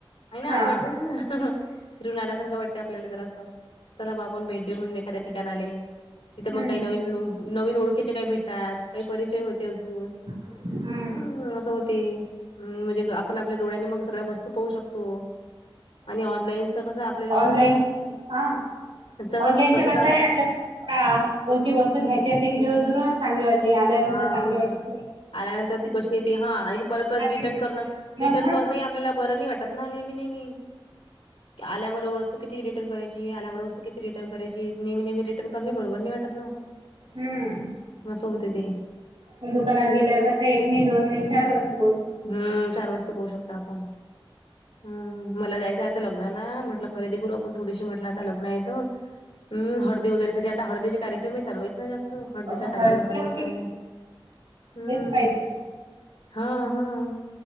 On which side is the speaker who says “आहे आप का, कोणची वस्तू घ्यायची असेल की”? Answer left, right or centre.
Right